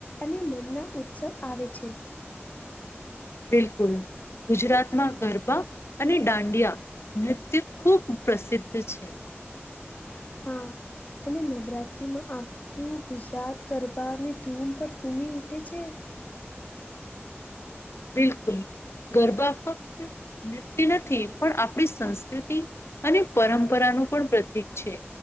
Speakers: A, on the left; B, on the left.
A: અને મનના ઉત્સવ આવે છે.
B: બિલકુલ. ગુજરાતમાં ગરબા અને દાંડિયા નૃત્ય ખૂબ પ્રસિદ્ધ છે.
A: હા અને નવરાત્રીમાં આ કું ગુજરાત ગરબાની ધૂમ પર ઘૂમી ઊઠે છે.
B: બિલકુલ ગરબા ફક્ત નૃત્ય નથી પણ આપણી સંસ્કૃતિ અને પરંપરાનું પણ પ્રતીક છે